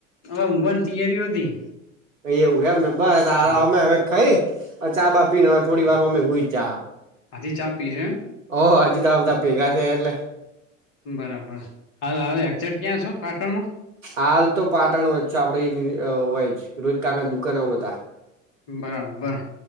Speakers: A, on the left; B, on the right.
A: ઊંઘવાની તૈયારીઓ હતી.
B: એવું હમ ને બસ તારા
A: હા
B: અમે હવે ખાઈ ચા બા પીને હવે થોડી વાર હુઈ જા.
A: આજે ચા પીહે.
B: ઓ હાજી તો આ બધા ભેગા થયા એટલે.
A: બરાબર હાલ હવે અક્ષર ક્યાં છો પાટણમાં.
B: હાલ તો પાટણ વચ્ચે આપડે હોય રોહિત કાકા દુકાનોમાં હતા.
A: બરાબર